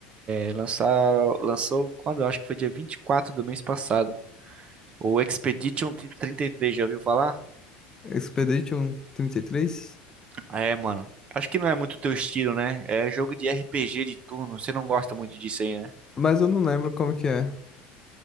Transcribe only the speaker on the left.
Expedition 33,
Mas eu não lembro como que é.